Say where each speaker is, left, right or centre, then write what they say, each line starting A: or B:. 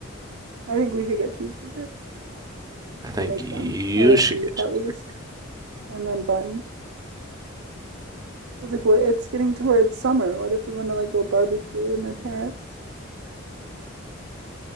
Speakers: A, on the right; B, on the right.
A: I think we should get cheeseburgers
B: I think
A: and make
B: you
A: them, or like
B: should
A: beef
B: get cheeseburger.
A: at least, and then buns. Cause like what? It's getting towards summer. What if we want to like go barbecue with my parents?